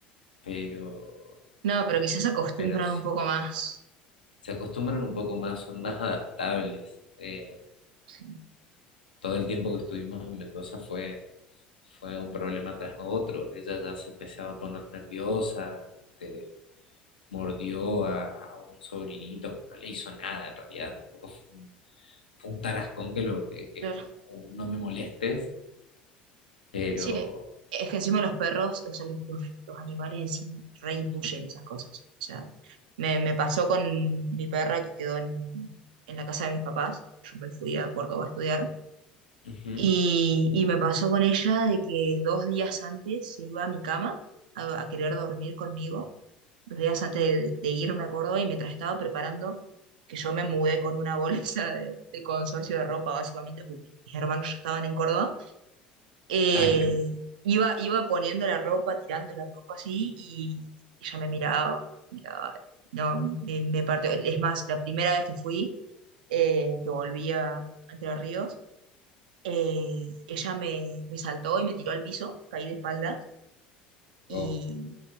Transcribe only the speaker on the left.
Pero,
pero sí,
se acostumbran un poco más, son más adaptables. Eh,
todo el tiempo que estuvimos en Mendoza fue... Fue un problema tras otro. Ella ya se empezaba a poner nerviosa, este, mordió a, a un sobrinito que no le hizo nada en realidad, tampoco fue un, fue un tarascón que lo que, que
como un no me molestes, pero
ujú.
Ah, claro.
Oh,